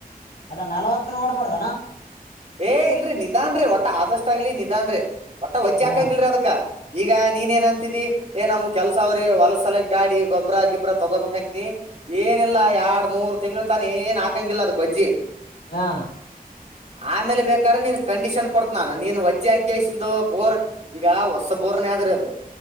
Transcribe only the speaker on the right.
ಏ ಇಲ್ರರಿ ನಿಧಾನ್ರೀ ಒಟ್ಟ ಆದಷ್ಟ ಆಗ್ಲಿ ನಿಧಾನ್ರೀ ಒಟ್ ವಜ್ಜಿ
ಹಾಕಂಗಲ್ರರಿ ಅದಕ್ಕ ಈಗ ನೀನ್ ಏನ್ ಅಂತಿದಿ ಏ ನಮ್ಗ್ ಕೆಲ್ಸ ಅವ್ರಿ ಹೊಲಸಲ ಗಾಡಿ ಗೊಬ್ಬರ ಗಿಬ್ಬರ ತಗೋಬೇಕಂತನಿ ಏನಿಲ್ಲ ಎರಡ್ ಮೂರು ತಿಂಗಳ ತಾನ ಏನ್ ಹಾಕಂಗಿಲ್ಲ ಅದಕ ವಜ್ಜಿ
ಆಮೇಲೆ ಬೇಕಾದ್ರ ನೀನ್ ಕಂಡೀಷನ್ ಕೊಡ್ತ ನಾನು ನೀನ್ ವಜ್ಜಿ ಹಾಕೇಶ ದು ಬೋರ್ ಈಗ ಹೊಸ ಬೋರ್ನ್ ಆದದ್ರೆ ಅದು